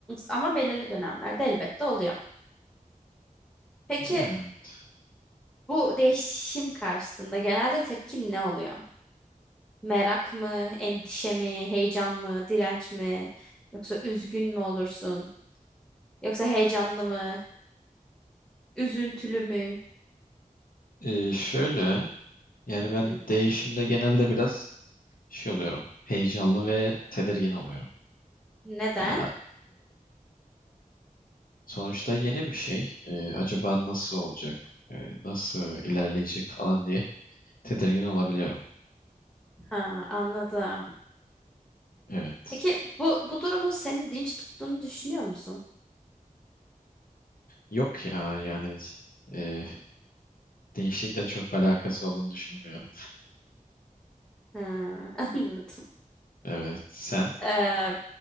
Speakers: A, in the centre; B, on the left.
A: Ama belirli dönemlerde elbette oluyor. Peki
B: Yani evet.
A: bu değişim karşısında genelde tepkin ne oluyor? Merak mı, endişe mi, heyecan mı, direnç mi? Yoksa üzgün mü olursun? Yoksa heyecanlı mı, üzüntülü mü?
B: Ee, şöyle yani ben
A: Hı.
B: değişimde genelde biraz şey oluyorum heyecanlı ve tedirgin oluyorum.
A: Neden?
B: Yani Sonuçta yeni bir şey. Ee, acaba nasıl olacak? Ee, nasıl ilerleyecek falan diye tedirgin olabiliyorum.
A: Ha, anladım.
B: Evet.
A: Peki bu bu durumun seni dinç tuttuğunu düşünüyor musun?
B: Yok ya yani e, değişiklikle çok alakası olduğunu düşünmüyorum.
A: Ha, <laughs> anladım.
B: Evet. Sen?
A: Ee,